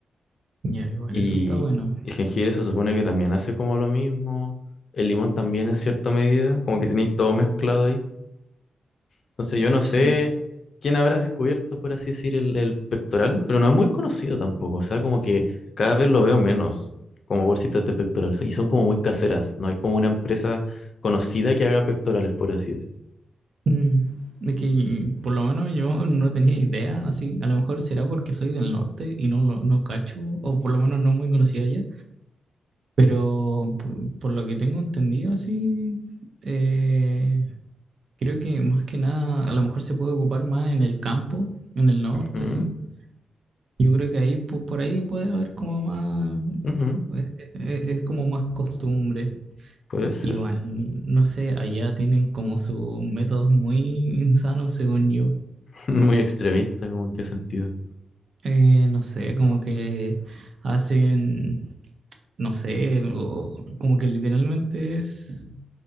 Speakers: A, on the right; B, on the left.
A: Ya, igual,
B: Y
A: eso está bueno.
B: el jengibre se supone que también hace como lo mismo. El limón también en cierta medida, como que tenéis todo mezclado ahí. Entonces yo no sé
A: Sí.
B: quién habrá descubierto, por así decir, el, el pectoral, pero no es muy conocido tampoco. O sea, como que cada vez lo veo menos como bolsitas de pectoral. Y son como muy caseras. No hay como una empresa conocida que haga pectorales, por así decir.
A: Mm, Es que por lo menos yo no tenía idea, así, a lo mejor será porque soy del norte y no lo no cacho, o por lo menos no muy conocida allá, pero por, por lo que tengo entendido, así, eh, creo que más que nada, a lo mejor se puede ocupar más en el campo, en el norte,
B: Mm,
A: así, Yo creo que ahí po- por, ahí puede haber como más,
B: ujú,
A: eh, eh, es como más costumbre.
B: Puede ser.
A: Igual, no sé, allá tienen como sus métodos muy insanos, según yo.
B: <laughs> Muy extremista, como en qué sentido.
A: Eh, no sé, como que hacen, no sé, o- como que literalmente es,